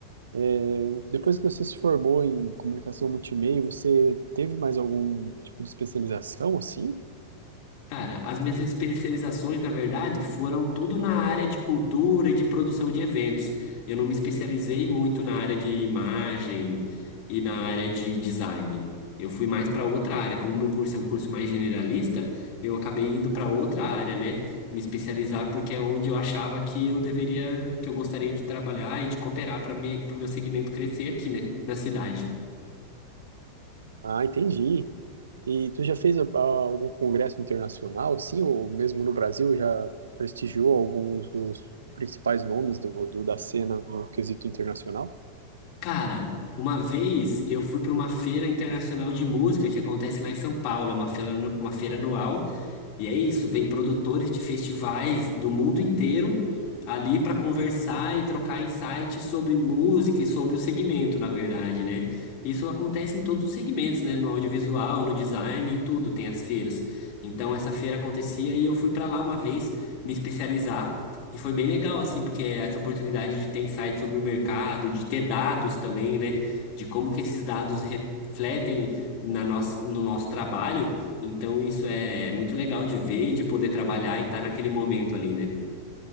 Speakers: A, on the right (about 70°); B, on the left (about 45°).
A: É, Depois que você se formou em comunicação multimeio, você teve mais algum tipo de especialização, assim?
B: Cara, as minhas especializações, na verdade, foram tudo na área de cultura e de produção de eventos. Eu não me especializei muito na área de imagem e na área de design. Eu fui mais para outra área. Como meu curso é um curso mais generalista, eu acabei indo para outra área, né? Me especializar porque é onde eu achava que eu deveria, que eu gostaria de trabalhar e de cooperar para me, para o meu segmento crescer aqui, né? Na cidade.
A: Ah, entendi. E tu já fez a- algum congresso internacional, assim, ou mesmo no Brasil já prestigiou alguns dos principais nomes do, do- da cena no quesito internacional?
B: Cara, uma vez eu fui para uma feira internacional de música que acontece lá em São Paulo, é uma feira, uma feira anual. E é isso, vem produtores de festivais do mundo inteiro ali para conversar e trocar insights sobre música e sobre o segmento, na verdade, né? Isso acontece em todos os segmentos, né? No audiovisual, no design e tudo, tem as feiras. Então essa feira acontecia e eu fui para lá uma vez me especializar e foi bem legal assim, porque essa oportunidade de ter insights sobre o mercado, de ter dados também, né? De como que esses dados refletem na nossa, no nosso trabalho. Então isso é muito legal de ver e de poder trabalhar e estar naquele momento ali, né?